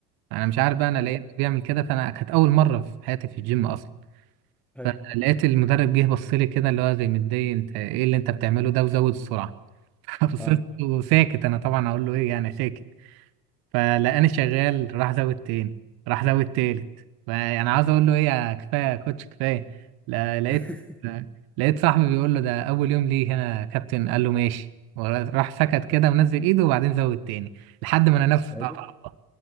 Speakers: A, on the right; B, in the centre.
A: انا مش عارف بقى انا
B: فاهم.
A: لقيت بيعمل كده فانا كانت اول مره في حياتي في الجيم اصلا
B: حلو
A: فلقيت المدرب جه بص لي كده اللي هو زي متضايق انت ايه اللي انت بتعمله ده وزود السرعه <laughs> فبصيت
B: اه
A: وساكت انا طبعا اقول له ايه يعني ساكت فلقاني شغال راح زود تاني راح زود تالت فانا عاوز اقول له ايه يا كفايه يا كوتش كفايه لا- لقيت
B: <laughs>
A: لقيت صاحبي بيقول له ده اول يوم ليه هنا يا كابتن قال له ماشي وراح سكت كده ونزل ايده وبعدين زود تاني لحد ما انا نفسي
B: برضه
A: اتقطع